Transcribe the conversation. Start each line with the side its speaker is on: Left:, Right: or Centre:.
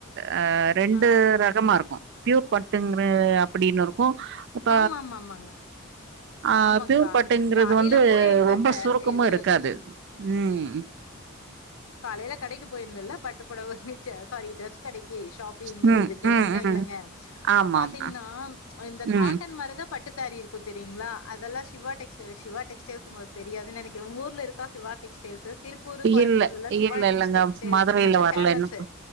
Right: ஆ ரெண்டு
Left: ஆ
Right: ரகமா இருக்கு பியூர் பட்டுங்குற அப்படின்னு இருக் கு இப்ப
Left: ஆமாமாமாங்க
Right: ஆ
Left: ஆமாங்க்கா
Right: பியூர் பாட்டுங்கிறது
Left: காலையில
Right: வந்து
Left: போயிருந்தேங்க
Right: ரொம்ப சுருக்கமு
Left: இது
Right: இருக்காது ம்
Left: காலயில கடைக்கு போயிருந்தல்ல பட்டு புடவ ச சாரி டிர கடைக்கு ஷாப்பிங
Right: ம்,
Left: இதுக்கு
Right: ம்,
Left: சொன்ன இல்லங்க
Right: ம்.
Left: அங்க
Right: ஆமாமா.
Left: பாத்தீங்கின்னா இந்த
Right: ம்.
Left: காட்டன் மாரிதா பட் பட்டு சேரி இருக்கு தெரியுங்களா அதெல்லா சிவா டெக்ஸ்டைல் சிவா டெக்ஸ் <unintelligible> உங்களுக்கு தெரியான்னு நினைக்கிறே உங்க ஊர் ஊர்ல இருக்க சிவா டெக்ஸ்டைல்ஸு திருப்பூரு கோயம்புத்தூர்ல
Right: இல்ல, இல்ல,
Left: சிவா
Right: இல்லங்க.
Left: டெக்ஸ்டைல்
Right: மதுரையில
Left: என்கிறது
Right: வரல
Left: ஃபேமஸு
Right: இன்னும்.